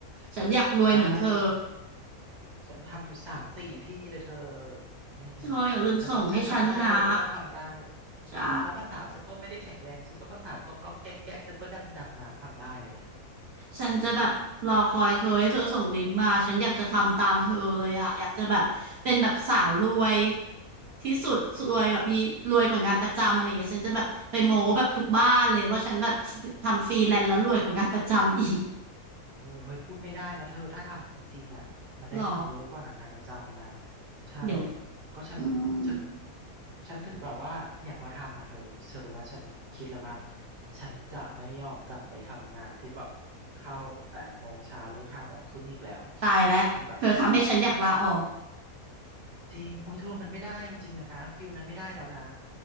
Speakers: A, on the right; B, on the right.
A: ฉันอยากรวยเหมือนเธอ
B: ได้เลยฉันฉันทำอยู่สามสี่ที่เลยเธออืม
A: เธออย่าลืมส่งให้ฉันนะ
B: เธอก็ฉันทำได้เธอก็ต้องทำได้
A: ใช่
B: อืมเพราะภาษาฉันก็ไม่ได้แข็งแรงฉันก็ภาษาก็ก็แก๊กแก๊กฉันก็ดังดำน้ำทำได้เลย
A: ฉันจะแบบรอคอยเธอให้เธอส่งลิงก์มา ฉันอยากจะทำตามเธอเลยอะอยากจะแบบเป็นแบบสาวรวยที่สุดรวยแบบมีรวยกว่างานประจำอะไรเงี้ยฉันจะแบบไปโม้แบบทุกบ้านเลยว่าฉันแบบทำฟรีแลนซ์แล้วรวยกว่างานประจำอีก
B: เออเฮ้ยพูดไม่ได้นะเธอถ้าทำจริงๆอ่ะมันได้เงินเยอะกว่าหางานประจำนะ
A: หรอ
B: ใช่
A: เดี๋ยว
B: ก็ฉันถึง
A: อืม
B: ฉันถึงแบบว่าเนี่ยพอทำอ่ะเธอเธอรู้ไหมฉันคิดแล้วว่าฉันจะไม่ยอมกลับไปทำงานที่แบบเข้าแปดโมงเช้าเลิกห้าโมงครึ่งอีกแล้ว
A: ตายแล้วเธอทำให้ฉันอยากลาออก
B: คือแบบจริงโอ้ยเธอมันไม่ได้จริงๆนะฟิลนั้นไม่ได้แล้วนะ